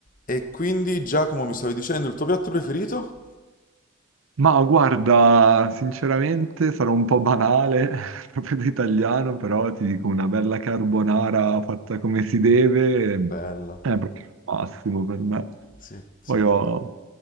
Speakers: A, on the left; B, on the right.
A: E quindi, Giacomo, mi stavi dicendo il tuo piatto preferito?
B: Ma guarda, sinceramente sarò un po' banale, <laughs> proprio da italiano, però ti dico una bella carbonara fatta come si deve
A: Bella,
B: è proprio il massimo per me.
A: sì, sì,
B: Poi ho,